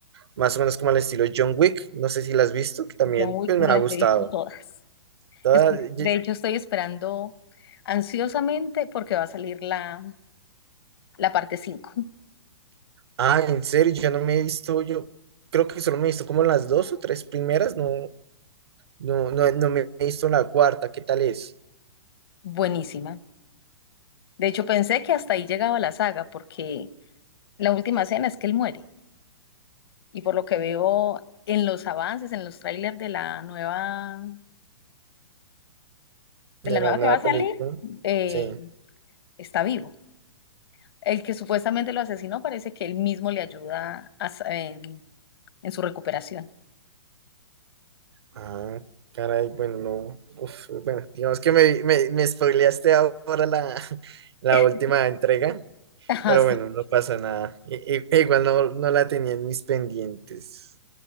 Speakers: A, on the right; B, on the left.
A: más o menos como al estilo John Wick, no sé si la has visto, que también
B: John Wick
A: pues,
B: me
A: me ha
B: las
A: gustado.
B: he visto todas.
A: Toda-
B: Estoy-
A: ye-
B: de hecho, estoy esperando ansiosamente porque va a salir la, la parte cinco.
A: Ah, en serio, yo no me he visto, yo creo que solo me he visto como las dos o tres primeras, no, no, no, no me he visto la cuarta, ¿qué tal es?
B: Buenísima. De hecho, pensé que hasta ahí llegaba la saga, porque la última escena es que él muere. Y por lo que veo en los avances, en los trailers de la nueva,
A: De
B: de la
A: la
B: nueva
A: nueva
B: que va a
A: película,
B: salir, eh,
A: sí.
B: está vivo. El que supuestamente lo asesinó parece que él mismo le ayuda a sa- en, en su recuperación.
A: Ah, caray, bueno, no. Uf, bueno, digamos que me, me, me spoileaste ahora la, <laughs> la
B: <laughs>
A: última entrega,
B: Ajá,
A: pero
B: sí,
A: bueno, no pasa nada. I- i- igual no, no la tenía en mis pendientes.